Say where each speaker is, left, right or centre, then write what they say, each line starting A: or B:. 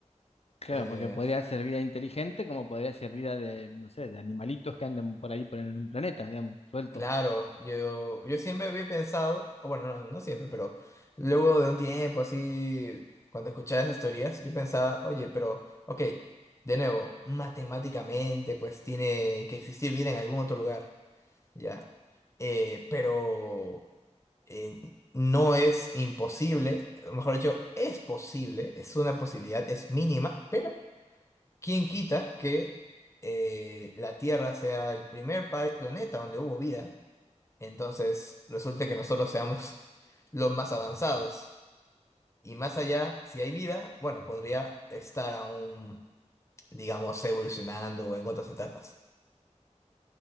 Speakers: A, on the left (about 55°); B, on the left (about 25°).
A: claro,
B: Eh,
A: porque podría ser vida inteligente como podría ser vida de, no sé, de animalitos que anden por ahí por en un planeta, digamos, sueltos.
B: claro, yo, yo siempre había pensado, o bueno, no, no siempre, pero luego de un tiempo así, cuando escuchaba esas teorías, yo pensaba, oye, pero, ok, de nuevo, matemáticamente, pues tiene que existir vida en algún otro lugar, ya. Eh, pero eh, no es imposible, o mejor dicho, es posible, es una posibilidad, es mínima, pero ¿Quién quita que eh, la Tierra sea el primer pa- planeta donde hubo vida? Entonces, resulta que nosotros seamos <laughs> los más avanzados. Y más allá, si hay vida, bueno, podría estar aún, digamos, evolucionando o en otras etapas.